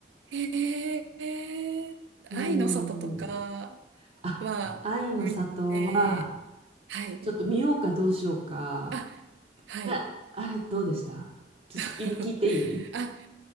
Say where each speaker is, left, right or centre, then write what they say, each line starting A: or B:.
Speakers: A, on the right; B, on the right.
A: えー、
B: もう、
A: 愛の里とか
B: あ、
A: は見て、
B: あ愛の里は、
A: はい。
B: ちょっと見ようかどうしようか。
A: あ、はい。
B: あ、あれどうでしたちょっと先に聞いていい
A: <laughs> あ、